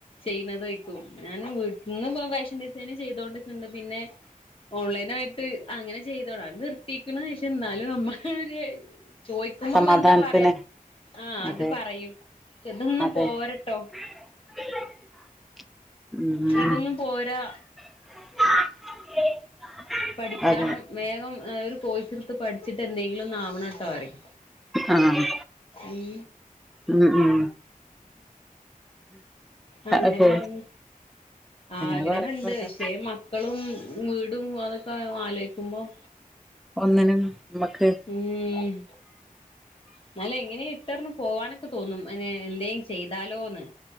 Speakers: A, on the left (about 40°); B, in the centre.
A: ചെയ്യുന്നത് വയ്ക്കും ഞാന് വീട്ടിന്ന് ഇപ്പ ഫാഷൻ ഡിസൈനിങ് ചെയ്തോണ്ട്ക്ക്ണ്ട് പിന്നേ ഓൺലൈൻ ആയിട്ട് അങ്ങനെ ചെയ്തോടാ അത് നിർത്തീക്ക്ണ് പക്ഷേ എന്നാലും നമ്മക്ക് ഒര് ചോയിക്കുമ്പ
B: സമാധാനത്തിന്
A: നമ്മള് എന്താ പറയാ ആഹ്
B: അതെ
A: അത് പറയും പക്ഷേ ഇതൊന്നും
B: അതെ
A: പോരട്ടോ
B: <inaudible> ഉം
A: ഇതൊന്നും പോരാ
B: <unintelligible>
A: പഠിക്കാണം
B: അതെ
A: വേഗം ഏഹ് ഒരു കോഴ്സ് എടുത്ത് പഠി ച്ചിട്ട് എന്തെങ്കിലും ഒന്നാവണട്ടോ പറിം
B: ആഹ്
A: ഉം
B: ഉം ഉം
A: അങ്ങനെ
B: അപ്പൊ
A: പറഞ്ഞ്
B: അങ്ങനെ
A: ആഗ്രഹം
B: പറയുമ്പോ
A: ഇണ്ട്
B: അതാ
A: പക്ഷേ മക്കളും വീടും അതൊക്കെ ആലോയിക്കുമ്പം
B: ഒന്നിനും നമ്മക്ക്
A: <unintelligible> ഉം എന്നാലും എങ്ങനേയും ഇട്ടെറിഞ്ഞ് പോവാനൊക്കെ തോന്നും അനേ എന്തേം ചെയ്താലോന്ന്